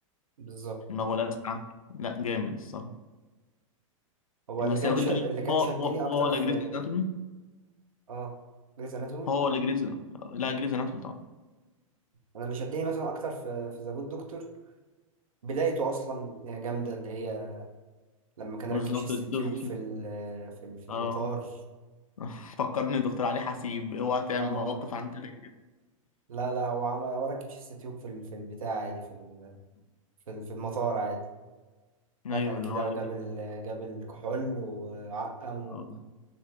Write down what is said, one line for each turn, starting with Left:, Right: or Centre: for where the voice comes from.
Right: بالظبط
Left: دماغه لاسعة لا جامد الصراحة
Right: هو اللي
Left: بس
Right: كان
Left: لو
Right: ش...
Left: جبت
Right: اللي
Left: لي
Right: كان
Left: هو
Right: شدني
Left: هو
Right: اكتر
Left: هو ولا
Right: في
Left: جريز اناتومي
Right: اه جريز اناتومي
Left: هو ولا جريز لا جريز اناتومي طبعا
Right: انا اللي شدني مثلا اكتر في في ذا جود دكتور بدايته اصلا جامدة اللي هي لما كان
Left: بالظبط
Right: راكب شيست
Left: الطفل
Right: تيوب في ال... في ال... في المطار
Left: اه <laughs> فكرني دكتور علي حسيب اوعى تعمل
Right: اه
Left: مواقف عن كده <clears throat>
Right: لا لا هو عمل هو راكب شيست تيوب في ال... في البتاع عادي في ال... في ال... في المطار عادي
Left: ايوه
Right: دخل
Left: اللي
Right: كده
Left: هو
Right: وجاب ال... جاب الكحول وعقم
Left: آه.